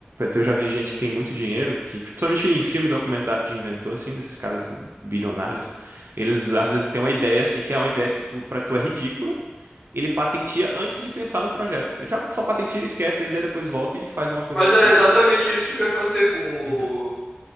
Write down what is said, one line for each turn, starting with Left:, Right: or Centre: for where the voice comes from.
Right: eu já vi gente que tem muito dinheiro, que, tipo, principalmente em filme documentário de inventor, assim, desses caras bilionários, eles às vezes têm uma ideia, assim, que é uma ideia que tu, pra tu é ridícula, ele patentia antes de pensar no projeto. Ele já só patentia, esquece da ideia, depois volta e faz uma coisa
Left: Mas
Right: absurda,
Left: era exatamente
Right: assim.
Left: isso que eu ia fazer com o,
Right: Uhum.